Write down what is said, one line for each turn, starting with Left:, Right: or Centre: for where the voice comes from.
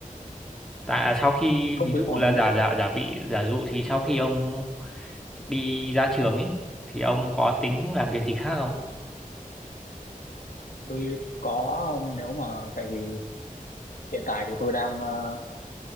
Centre: tại à, sau khi
Left: công
Centre: ví
Left: việc
Centre: dụ
Left: ổn
Centre: là giả giả giả vị giả dụ thì sau khi ông đi ra trường ấy thì ông có tính làm việc gì khác không
Left: tôi có ông nếu mà tại vì hiện tại thì tôi đang ờ,